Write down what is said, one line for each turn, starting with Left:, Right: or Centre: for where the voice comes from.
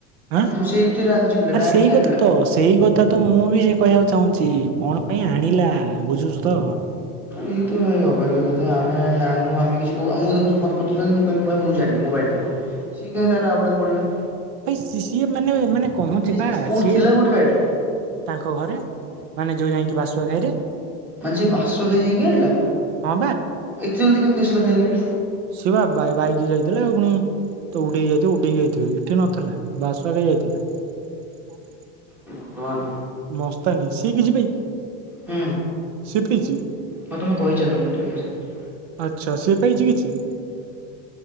Right: ଆଁ
Centre: ମୁଁ
Right: ଆରେ
Centre: ସେଇଥିରେ ରାଗ ଚିଡିଲା ବ୍ୟାଟ୍
Right: ସେଇ
Centre: କାଇଁ ଆଣିଲ।
Right: କଥା ତ ସେଇ କଥା ତ ମୁଁ ବି ସେ କହିବାକୁ ଚାହୁଁଛି କଣ ପାଇଁ ଆଣିଲା ବୁଝୁଛୁ ତ
Centre: ଏଇ ତ ଏଇ ଅବାଗିଆ କଥା ଆମେ ଆଣୁ ଆମେ କିଛି କ ମୁଁ ଦେଖୁଛ ମତେ ପଚାରୁଛନ୍ତି ମୁଁ କିହିବି ଭାଇ ମୁଁ ଜାଣିନି ମୋ ବ୍ୟାଇଟ ନୁହଁ ସି କାହିଁ ତାର ଆବୁଡ଼ା ପଡିଲା?
Right: ଭ ସିଏ ମାନେ ମାନେ କହନ୍ତି
Centre: ସେ
Right: ବା
Centre: ସେ କୋଉଠି
Right: ସିଏ
Centre: ଥିଲା କୋଉଠି ବ୍ୟାଟ୍
Right: ତାଙ୍କ ଘରେ ମାନେ ଯୋଉ ଯାଇକି ବାସୁ ସାଇରେ
Centre: ମାନେ ସିଏ ହାସୁଆସାଇ ଯାଇକି ଆଣିଲା
Right: ହଁ
Centre: ଏତେ ଜଲ୍ଦି କେମ୍ତି ଆସିଲା ତାହଲେ
Right: ସେ ବା ବାଇକ ଯାଇଥିଲେ ଆଉ ପୁଣି ତ ଉଡେଇକି ଯାଇଥିବ ଉଡେଇକି ଯାଇଥିବ ଏଠି ନଥିଲା ବାସୁ ସାଇ ଯାଇଥିଲା ।
Centre: ଭଗବାନ ।
Right: ମସ୍ତନୀ ସି କିଛି
Centre: ହୁଁ
Right: ସି ପାଇଛି
Centre: ହଉ ତମେ କହିଚାଲ ମୁଁ ଟିକେ ବ୍ୟସ୍ତ ଅଛି।
Right: ଆଛା ସି ପାଇଛି କିଛି